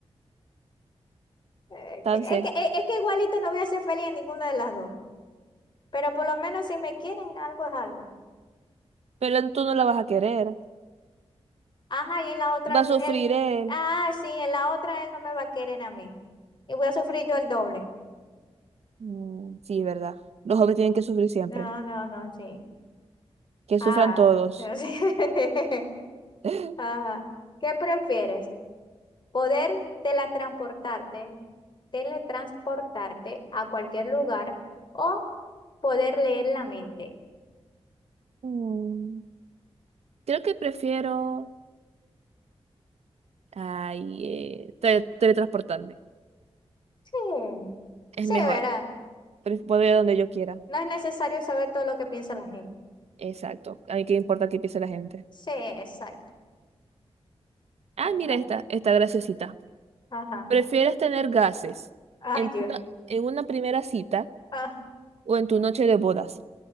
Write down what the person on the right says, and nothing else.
Entonces,
pero tú no la vas a querer.
Va
a sufrir
él.
Mm, sí, verdad. Los hombres tienen que sufrir siempre.
Que
sufran todos.
<laughs>
Mm, creo que prefiero ay, eh, tele- teletransportarme.
Es
mejor.
Pre- Puedo ir a donde yo quiera.
Exacto. A mí qué importa qué piense la gente.
Ah,
mira esta, esta graciosita.
¿Prefieres tener gases
en
una, en una primera cita
o en tu noche de bodas?